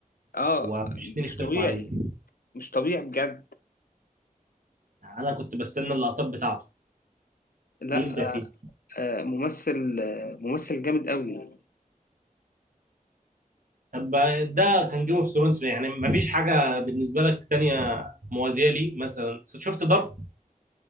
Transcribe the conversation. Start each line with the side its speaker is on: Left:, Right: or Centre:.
Left: اه
Right: هو مش اتنين
Left: مش
Right: يختلفوا
Left: طبيعي
Right: عليه
Left: مش طبيعي بجد
Right: انا كنت بستنى اللقطات بتاعته
Left: لا
Right: بيبدع فيه
Left: آه، آه، ممثل آه، ممثل جامد قوي
Right: طب ده كان جيم اوف ثرونز يعني مفيش حاجه بالنسبه لك تانية موازيه لي مثلا شفت دارك